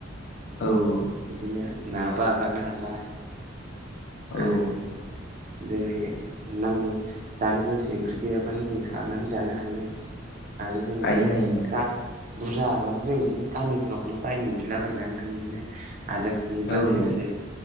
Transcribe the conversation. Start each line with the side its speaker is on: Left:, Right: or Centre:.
Left: औ औ
Right: बिदिनो नाबो हगारनो हाबाय
Left: औ
Right: आरो जोंनि नांगौ जानो गोसो ओंख्रि गैयाबानो जों सारानानै जानो हायो आरो जों
Left: हायो
Right: बिदिनो
Left: हायो नोंथां
Right: गा बुरजा आगारब्ला जों बिदिनो गामिफोरावनो बायनो बिला बायनानै थां बिदिनो आदा केिजि बा
Left: औ
Right: सेरसे
Left: औ